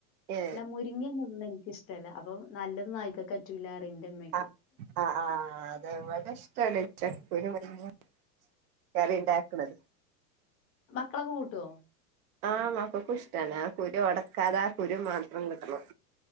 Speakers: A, on the right; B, on the left.
A: ഏ
B: ല്ല മുരിങ്ങഒന്നും ഇടുനില്ല ഇഷ്ടല്ല അപ്പൊ നല്ലതുനായ്ക്കക്കറ്റൂല്ല റിമ് ന്റെമ്മേ
A: ആ ആഹ് അത് വടഷ് <inaudible> ചക്കക്കുരുമ് മുരിങ്ങി കറിണ്ടാക്ക്ണ്
B: ക്കളൊക്കെ കൂട്ടോ
A: ആഹ് മക്കക്കുഷ്ടാണ് ആ കുരു ഒടക്കാതെ ആ കുരു മാത്രം കിട്ടണം